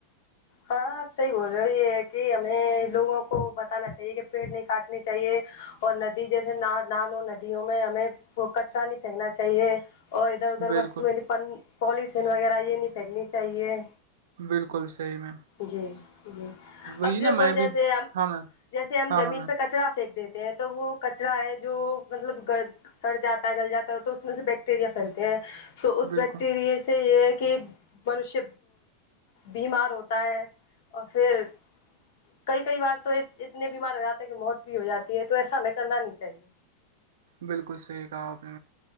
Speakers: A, on the left (about 65°); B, on the right (about 80°).
A: ہاں آپ صحیح بول رہے ہو یہ کہ ہمیں لوگوں کو بتانا چاہیے کہ پیڑ نہیں کاٹنے چاہیے اور ندی جیسے نالوں ندیوں میں ہمیں کچرا نہیں پھینکنا چاہیے اور ادھر ادھر
B: بالکل
A: وستونی پولیتھین وغیرہ یہ نہیں پھینکنی چاہیے
B: بالکل صحیح میں
A: جی جی
B: وہی
A: اب
B: نا
A: کوئی جیسے
B: بھی
A: ہم
B: ہاں میم
A: جیسے ہم
B: ہاں
A: زمین
B: ہاں میم
A: پہ کچرا پھینک دیتے ہیں تو وہ کچرا ہے جو مطلب گ سڑ جاتا ہے گل جاتا ہے تو اس میں سے بیکٹیریا پھیلتے ہیں تو اس
B: بالکل
A: بیکٹیرے سے یہ ہے کہ منش بیمار ہوتا ہوتا ہے اور فر کئی کئی بار تو اتنے بیمار ہو جاتے ہیں کہ موت بھی ہو جاتی ہے تو ایسا ہمیں کرنا نہیں چاہیے
B: بالکل صحیح کہا آپ نے